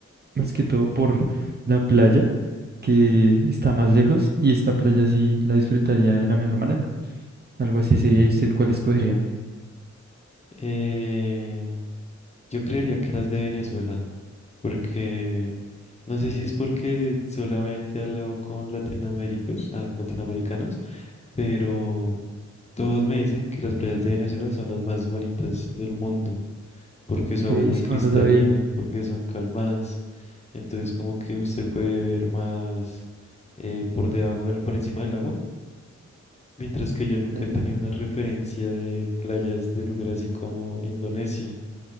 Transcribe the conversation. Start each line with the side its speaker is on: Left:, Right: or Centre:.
Right: más que todo por la playa, que está más lejos, y esta playa sí la disfrutaría de la mejor manera. Algo así sería, ¿y usted cuál escogería?
Left: Eh, yo creería que las de Venezuela, porque no sé si es porque solamente he hablado con latinoaméricos, ah, latinoamericanos, pero todos me dicen que las playas de Venezuela son las más bonitas del mundo. porque su
Right: Que
Left: agua es muy
Right: eso
Left: cristalina,
Right: no lo sabía.
Left: porque son calmadas. Entonces como que usted puede ver más eh, por debajo del, por encima del agua. Mientras que yo nunca
Right: Entiendo.
Left: he tenido una referencia de playas de lugares así como Indonesia.